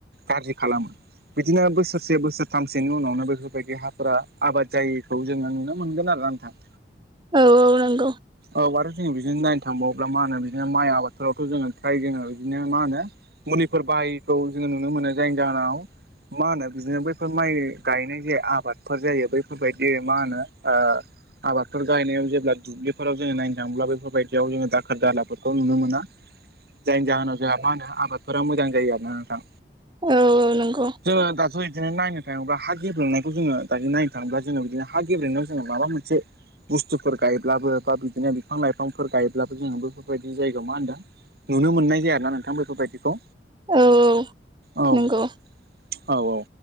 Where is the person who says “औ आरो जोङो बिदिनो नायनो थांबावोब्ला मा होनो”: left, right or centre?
Right